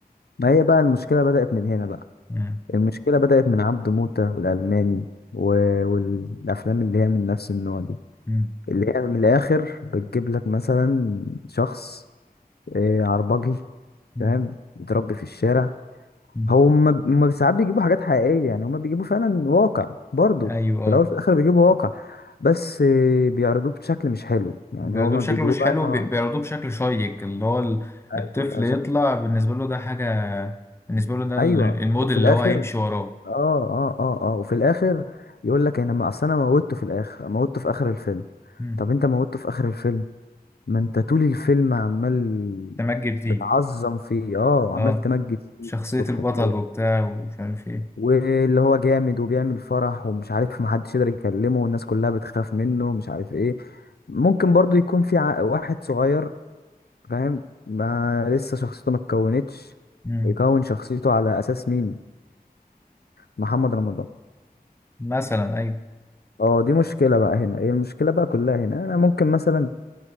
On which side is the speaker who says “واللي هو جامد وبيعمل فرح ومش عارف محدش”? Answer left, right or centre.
Left